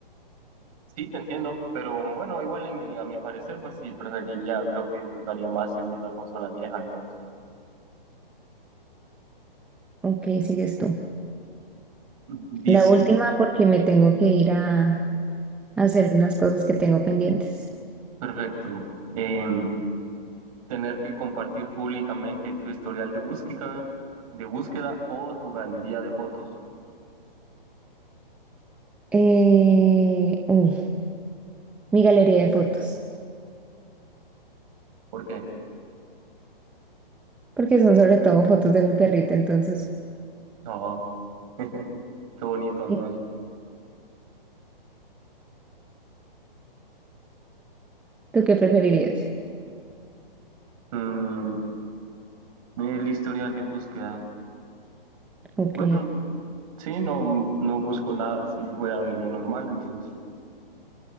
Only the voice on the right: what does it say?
sí, te entiendo, pero bueno, igual en- eh, a mi parecer, pues sí, preferiría, creo que disfrutaría más en una consola vieja, entonces.
Dice,
perfecto. Em, tener que compartir públicamente tu historial de búsqueda, de búsqueda o tu galería de fotos.
¿Por qué?
No, <laughs> qué bonito entonces.
Mm, el historial de búsqueda.
Bueno, sí, no, no busco nada así fuera de lo normal, entonces.